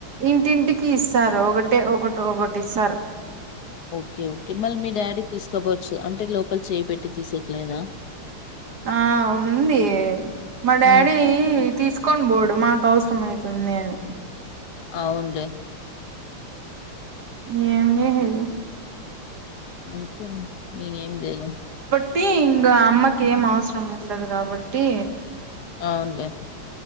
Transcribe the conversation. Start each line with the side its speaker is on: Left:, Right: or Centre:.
Right: ఇంటింటికి ఇస్తారు ఒకటే ఒకటి ఒకటి ఇస్తారు
Left: ఓకే ఓకే మళ్ళీ మీ డాడీ తీసుకోపోవచ్చు అంటే లోపల చేయి పెట్టి తీసెట్లేదా
Right: ఆ ఉంది మా డాడీ
Left: హ్మ్.
Right: తీసుక్ కోన్ బోడు మాకు అవసరం ఐతుందీ అని
Left: అవున్లె
Right: ఏంజేసేది
Left: అంతే న్ ఇగ ఏం చేయలేమ్
Right: ట్టి ఇంగా అమ్మకి ఏం అవసరం ఉండదు కాబట్టి
Left: అవునులే